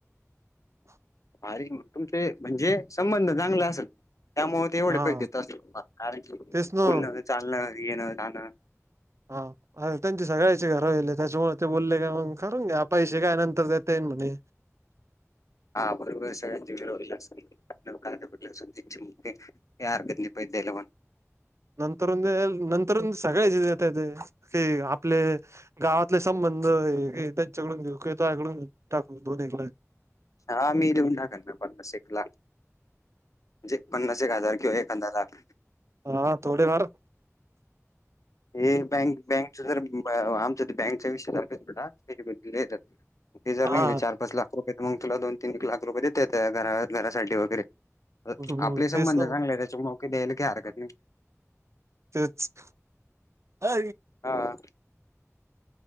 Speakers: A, on the right; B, on the left.
A: <inaudible>
B: ारी तुमचे म्हणजे संबंध चांगले असेल त्यामुळे तेवढे
A: हा
B: पहि देत अस कारण की
A: तेच
B: बोलण
A: ना
B: चालणं येणं जाणं
A: हा अर त्यांची सगळ्याची घर येले त्याच्यामुळे ते बोलले का मग करून घ्या पैसे काय नंतर देता येईन म्हणे
B: हा बरोबर सगळ्यांचे वेळडला असेडलं अस त्यां याार गदनी प दलन
A: नंतर नंतर सगळे्या येत ते कि आपले गावातले संबंध त्यांच्याकडून घेऊ तकडून टाकू दोनक
B: हा मी देेऊन टाकणार पन्नास शेकला म्हणजे पन्नास एक हजार कि एक हजार लाख
A: हा थोडे मार
B: हे बँक बँकच ज आमच बँकचा विषय सारख बा त्याच्याबद्दल ती जर
A: हा
B: नाही चार पाच लाख रुपये तर मग तुला दोन तीन लाख रुपये देतेत घरा घरासाठी वगैरे
A: हम्म,
B: आपले
A: तेच
B: संबंध
A: ना
B: चांगले त्याच्या नके द्यायला की हरकत नाही
A: तेच अ
B: हा